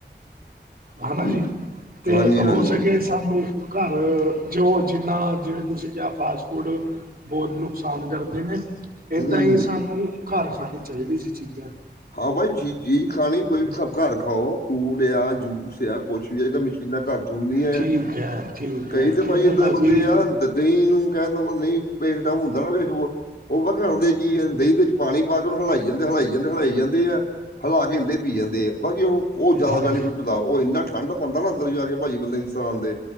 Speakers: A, on the right (about 55°); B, on the left (about 60°).
A: ਹਨਾ
B: ਹੂੰ,
A: ਜੀ, ਤੇ
B: ਹਾਂਜੀ ਹਾਂਜੀ
A: ਹੋ ਸਕੇ ਸਾਨੂੰ ਘਰ, ਜੋ ਜਿੰਨਾ, ਜਿਵੇਂ ਤੁਸੀਂ ਕਿਹਾ ਫਾਸਟ ਫੂਡ ਬਹੁਤ ਨੁਕਸਾਨ ਕਰਦੇ ਨੇ, ਏਦਾਂ
B: ਹੂੰ
A: ਹੀ ਸਾਨੂੰ ਘਰ ਖਾਣੀ ਚਾਹੀਦੀ ਜੀ ਚੀਜ਼ਾਂ।
B: ਹਾਂ ਬਾਈ, ਜੀ ਚੀਜ ਖਾਣੀ ਕੋਈ ਵੀ, ਸਭ ਘਰ ਖਾਓ। ਫਰੂਟ ਆ, ਜੂਸ ਆ, ਕੁਛ ਵੀ, ਇਹ ਤਾਂ ਮਸ਼ੀਨਾਂ ਘਰ ਚ ਹੁੰਦੀਆਂ ਹੈ।
A: ਠੀਕ ਹੈ ਠੀਕ
B: ਕਈ
A: ਹੈ
B: ਤੇ
A: ਠੀਕ
B: ਭਾਈ
A: ਹੈ
B: ਇੱਦਾਂ
A: ਭਾਜੀ
B: ਦੇ ਬੰਦੇ ਆ ਦਹੀਂ ਨੂੰ ਕਹਿ ਦਿੰਨਾ, ਮਤ ਨਹੀਂ ਪੇਸ਼ਟਮ ਹੁੰਦਾ ਨਾ ਉਹ ਉਹ <unintelligible> ਜੀ ਦਹੀਂ ਦੇ ਵਿੱਚ ਪਾਣੀ ਪਾ ਕੇ ਉਹਨੂ ਹਿਲਾਈ ਜਾਂਦੇ ਹਿਲਾਈ ਜਾਂਦੇ ਹਿਲਾਈ ਜਾਂਦੇ ਆ ਹਿਲਾ ਕੇ ਏਦੇ ਈ ਪੀ ਜਾਂਦੇ ਆ ਬਾਕੀ ਉਹ ਉਹ ਜ਼ਿਆਦਾ
A: ਹਾਂਜੀ
B: ਬੈਨੀਫਿਟ ਦਾ, ਉਹ ਇੰਨਾ ਠੰਢ ਪਉਦਾ ਨਾ ਅੰਦਰ ਜਾ ਕੇ ਭਾਜੀ, ਬੰਦੇ ਇਨਸਰਾਨ ਦੇ,